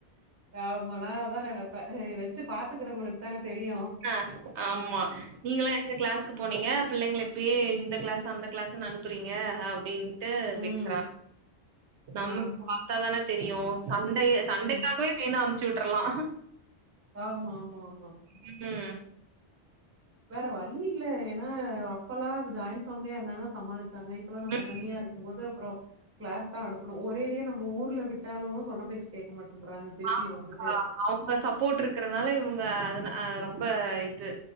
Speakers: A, on the right; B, on the right.
A: ஆமா நா அதா நெனப்ப வச்சு பாத்துக்கறவங்களுக்கு தான தெரியு
B: அ ஆமா நீங்களா எந்த கிளாஸ்க்கு போனீங்க பிள்ளைங்கள இப்பயே இந்த கிளாஸ் அந்த கிளாஸ்ன்னு அனுப்புறீங்க அப்டின் ட்டு
A: ம்.
B: பேசுறா நம்மள்க்கு
A: ஆமா.
B: பாத்தா தான தெரியு சண்டைய சண்டைக்காகவே
A: ம்.
B: மெயினா அனுப்ச்சு விட்ருலா
A: ஆமா ஆமா ஆமா
B: இய்யுன்னா
A: வேற வழி இல்ல ஏன்னா அப்பெல்லா ஜாய்ன் ஃபேமிலியா இருந்தாங்க சமாளிச் சமயத்துல நம்ம
B: ம்.
A: தனியா இருக்குபோது அப்ற கிளாஸ் தா அனுப்பனு ஒரேடியா நம்ம ஊர்ல விட் விட்டாலு சொன்ன பேச்சு கேட்க மாட்டேன்றாங்க திருப்பியு
B: ஆமாக்கா.
A: வந்துட்டு
B: அவங்க சப்போர்ட் இருக்குறனால இவங்க அதுன ரொம்ப இது